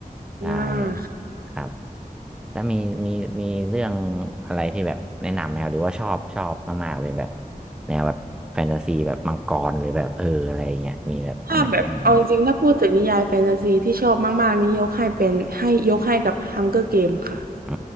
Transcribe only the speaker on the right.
อ่าค่ะ
ถ้าแบบเอาจริงๆถ้าพูดถึงนิยายแฟนตาซีที่ชอบมากๆนี่ยกให้เป็นให้ยกให้กับ Hunger Game ค่ะ